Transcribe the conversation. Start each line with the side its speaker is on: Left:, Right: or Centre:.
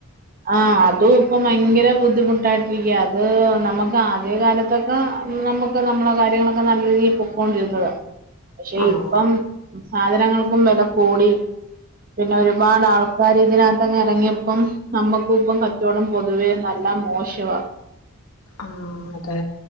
Right: ആഹ് അതും ഇപ്പം ഭയങ്കര ബുദ്ധിമുട്ടായിട്ടിരിക്ക്യ അത് നമക്ക് ആദ്യ കാലത്തൊക്കെ ആഹ് നമ്മക്ക് നമ്മളെ കാര്യങ്ങളൊക്കെ നല്ല രീതിയില് പൊക്കോണ്ടിരുന്നതാ പക്ഷെ
Left: ആഹ്
Right: ഇപ്പം സാധനങ്ങൾക്കും വെല കൂടി പിന്നെ ഒരുപാട് ആൾക്കാര് ഇതിനാത്തങ്ങ് എറങ്ങിയപ്പം നമ്മക്കും ഇപ്പൊ കച്ചോടം പൊതുവേ നല്ല മോശവാ
Left: ആഹ് അതെ